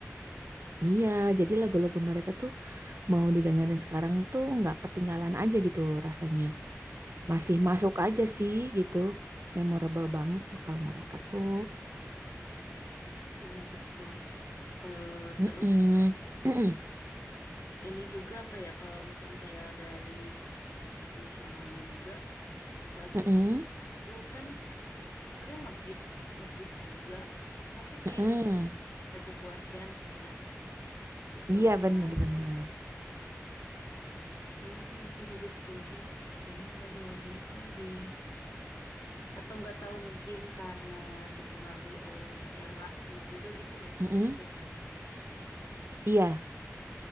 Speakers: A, on the right; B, on the left.
A: Iya, jadi lagu-lagu mereka tuh mau didengerin sekarang tuh nggak ketinggalan aja gitu rasanya. masih masuk aja sih gitu. Memorable banget kalau mereka tuh.
B: Iya betul. Eh
A: Mm-mm.
B: terus
A: <clears throat>
B: Ini juga apa ya kalau misalnya kayak dari nasionalnya juga lagunya
A: Mm-mm.
B: itu kan sebenarnya ngebeat ngebeat juga tapi kayak
A: Mm-mm.
B: lebih aja buat dance gitu buat
A: Iya bener-bener.
B: iya sih aku juga setuju kayaknya lagu-lagu itu lebih atau nggak tahu mungkin karena dipengaruhi oleh eranya juga gitu loh
A: Mm-mm.
B: mungkin ya
A: Iya,